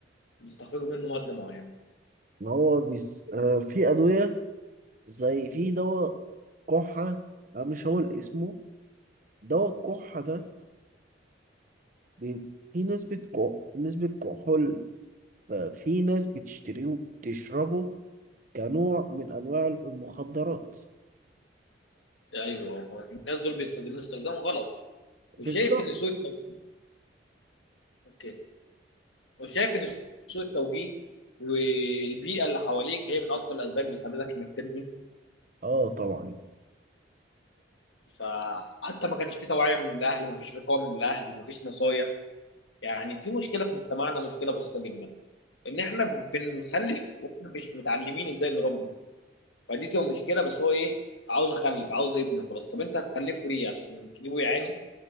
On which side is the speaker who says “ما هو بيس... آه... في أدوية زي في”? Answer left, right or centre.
Right